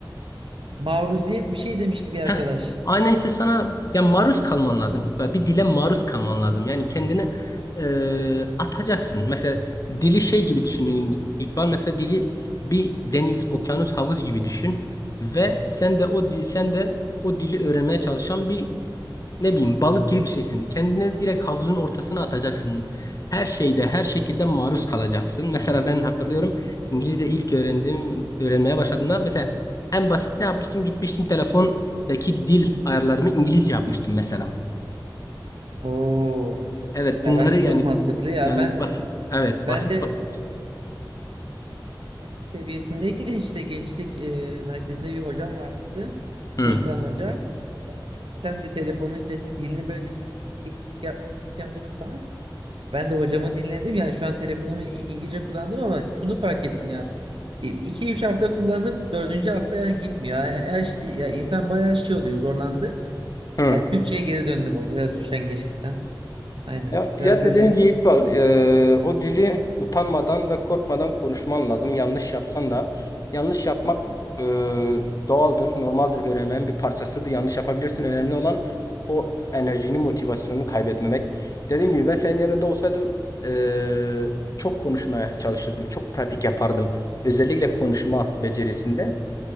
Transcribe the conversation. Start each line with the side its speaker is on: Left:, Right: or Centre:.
Right: Maruziyet bir şey demişti bir arkadaş.
Left: Heh, aynen işte sana ya maruz kalman lazım. İlk bir dile maruz kalman lazım. Yani kendini e, atacaksın. Mesela dili şey gibi düşünün İkbal. Mesela dili bir deniz, okyanus, havuz gibi düşün ve sen de o di- sen de o dili öğrenmeye çalışan bir ne bileyim balık gibi bir şeysin. Kendine direkt havuzun ortasına atacaksın. Her şeyde, her şekilde maruz kalacaksın. Mesela ben hatırlıyorum İngilizce ilk öğrendiğim, öğrenmeye başladığımda mesela en basit ne yapmıştım? Gitmiştim telefondaki dil ayarlarımı İngilizce yapmıştım mesela.
Right: Oo.
Left: Evet
Right: Ya
Left: bunları
Right: bence
Left: yani
Right: çok mantıklı ya.
Left: yani
Right: Ben de
Left: basit, evet
Right: ben
Left: basit
Right: de
Left: basit.
Right: abi seviyesindeyken işte gençlik e, merkezinde bir hocam vardı. Sultan
Left: Hı.
Right: Hoca. Bana dedi sen de telefonun işte dilini böyle değiştir. İlk ilk yapman gereken budur falan. Ben de hocamı dinledim. Yani şu an telefonumu İ- İngilizce kullandım ama şunu fark ettim ya. iki üç hafta kullandım. Dördüncü hafta yani gitmiyor. Yani her, şey- ya insan bayağı şey oluyor zorlandı.
Left: Hı.
Right: Yani Türkçe'ye geri döndüm orada biraz üşengeçlikten. Aynen.
Left: Ya, ya
Right: Biraz böyle
Left: dediğim gibi İkbal, e, o dili utanmadan ve korkmadan konuşman lazım. Yanlış yapsan da yanlış yapmak e, doğaldır, normaldir, öğrenmenin bir parçasıdır. Yanlış yapabilirsin. Önemli olan o enerjini, motivasyonunu kaybetmemek. Dediğim gibi ben senin yerinde olsaydım e, çok konuşmaya çalışırdım, çok pratik yapardım. Özellikle konuşma becerisinde.